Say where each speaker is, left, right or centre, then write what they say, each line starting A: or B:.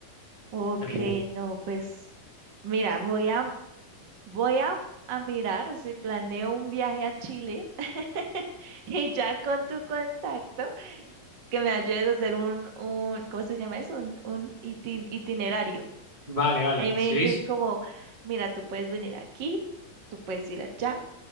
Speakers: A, on the right; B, on the right.
A: Ok,
B: A mi gusto.
A: no, pues mira, voy a voy a, a mirar si planeo un viaje a Chile <laughs> y ya con tu contacto que me ayudes a hacer un, un ¿cómo se llama eso? Un, un itin- itinerario.
B: Vale, vale.
A: Y me
B: Sí,
A: dices
B: sí.
A: como, mira, tú puedes venir aquí, tú puedes ir allá.